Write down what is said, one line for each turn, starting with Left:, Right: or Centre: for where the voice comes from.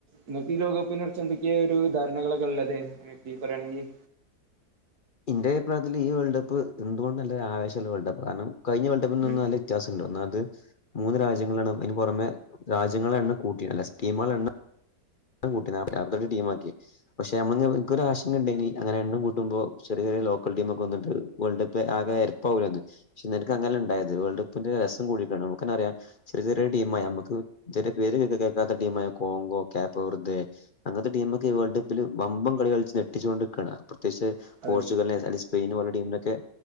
Right: ഇങ്ങക്ക് ലോകപ്പിനെ കുറിച്ച് എന്തൊക്കെയേ ഒരു ധാരണകളൊക്കെ ഉള്ളത് ആക്ടി പറയയാണെങ്കിൽ
Left: ഇൻ്റെ അഭിപ്രായത്തില് ഈ വേൾഡ് കപ്പ് എന്തുകൊണ്ടും ഒരു ആവേശമുള്ള വേൾഡ്കപ്പാ കാരണം കഴിഞ്ഞ വേൾ് കപ്പിനന്നുംല്ല
Right: ഉം
Left: വ്യത്യാസംഇണ്ട് ഒന്നാത് മൂന്ന് രാജ്യങ്ങളാണ് ഒന്നിന് പുറമെ രാജ്യങ്ങളെ എണ്ണം കൂട്ടിട്ടില്ല. സ്റ്റീമേളെഎണ്ണം കൂട്ടനാപ്പത്തിരണ്ട് ടീമ്ആക്കി പക്ഷെ നമ്മ എനിക്കൊരു ആശങ്ക ഇണ്ടായ്നി അങ്ങന എണ്ണം കൂട്ടുമ്പോ ചെറിയ ലോക്കൽടീമൊക്കെ വന്ന്ട്ട് വേൾഡ് കപ്പ് ആകെ എര രപാകൂലേന്ന്. പക്ഷെഎനക്ക് അങ്ങനെല്ല ഉണ്ടായത് വേൾഡ് കപ്പിന്റെ രസം കൂടി നമുക്കെന്നെ അറിയാം ചെറിയ ചെറിയ ടീമായി നമുക്ക് ചെറിയ പേര് കേൾക്കാത്ത ടീമായ കോങ്കോ പോറതെയ് അന്നത്തെ ടീമക്കെ വേൾ്ഡ്കപ്പിൽ വമ്പം കളികളിച്ച് ഞെട്ടിച്ചോട്ട് നിക്കാണ്. പ്രത്യേകിച്ച്
Right: അതെ
Left: പോർച്ചുഗൽ സ്പെയിന് ഓലെ ടീമിനൊക്കെ